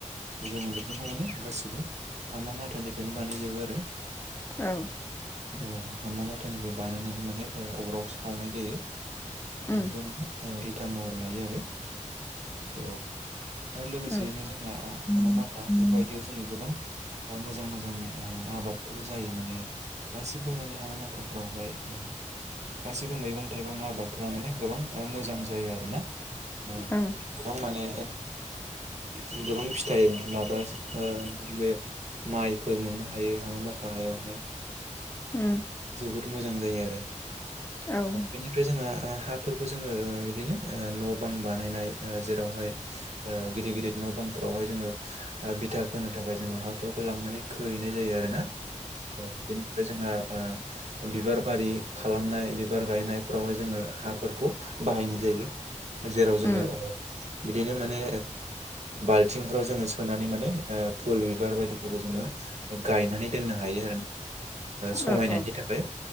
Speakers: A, on the right; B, on the left.
A: जोङो बेखौनो माने गासिबो हामा माथानिफ्रायनो बानायजोबो।
B: औ।
A: औ हामा बाथानिफ्राय बानायनानै माने अराव सावनाय जायो। बेनिफ्राय
B: उम
A: माने इटा महर लायो आरो औ। आरो लोगोसेयैनो
B: औ
A: जोंहा
B: ओं
A: हामा माथा बेफोरबायायदियाव जोङो गोबां मोजां मोजां जों आबादफोर जायो माने गासिबो माने हामा माथाफ्रावहाय गासिबो मैगं थाइगं आबादफ्रा माने गोबां मोजां जायो आरोना? ओ
B: औ
A: गोबां माने गोबां फिथाइ माबा बे। माइफोर मोननो हायो हामा माथा हायावहाय।
B: औ।
A: जोबोद मोजां जायो आरो
B: औ औ
A: बेनिफ्राय जोंहा हाफोरखौ जोङो बिदिनो न' बां बानायनाय जेरावहाय गिदिर गिदिर न' बांफोरावहाय जोङो बिथा होनो थाखाय जोङो हाफोरखौ लांनानै खोहैनाय जायो आरोना। बेनिफ्राय जोंहा बिबार बारि खालामनाय बिबार गायनायफ्रावहाय जोङो हाफोरखौ बाहायनाय जायो। जेराव जोङो
B: उम
A: बिदिनो माने बाल्थिंफ्राव जोङो सोनानै माने फुल बिबार बायदिफोरखौ जोङो गायनानै दोननो हायो। समायनायनि
B: औ औ
A: थाखाय